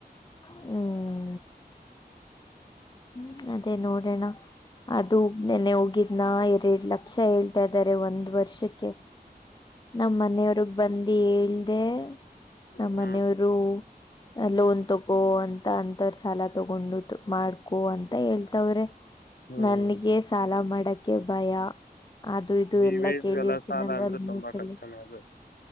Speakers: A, on the left (about 25°); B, on the left (about 65°).
A: ಹ್ಮ್. ಹ್ಮ ಅದೇ ನೋಡೋಣ ಅದು ನೆನೆ ಹೋಗಿದ್ನ ಎರರಡ್ ಲಕ್ಷ. ಹೇಳ್ತಾ ಇದ್ದಾರೆ ಒಂದ್ ವರ್ಷಕ್ಕೆ. ನಮ್ಮ ಮನೆಯವ್ರಗ್ ಬಂದು ಹೇಳಳ್್ದ ನಮ್ಮ
B: ಹ್ಮ್
A: ಮನೆಯವರು. ಲೋನ್ ತಗೋ ಅಂತ ಅಂತರ್ ಸಾಲ ತಗೊಂಡು ಮಾಡ್ಕೊ ಅಂತ. ಮತ್ತ ಹೇಳ್ತವ್ರೆ
B: ಹ್ಮ್
A: ನನ್ಗೆ ಸಾಲ ಮಾಡಕ್ಕೆ ಭಯ. ಅದು ಇದು
B: ಈ
A: ಎಲ್ಲಾ
B: ವಯಸ್ಗೆಲ್ಲ
A: ಕೇಳಿರ್ತೀನಲ್ವಾಲ್ಲಿ
B: ಸಾಲ ಅಂದ್ರೆ
A: ನ್ಯೂಸಲ್ಲಿ.
B: ತುಂಬಾ ಕಷ್ಟನೇ ಅದು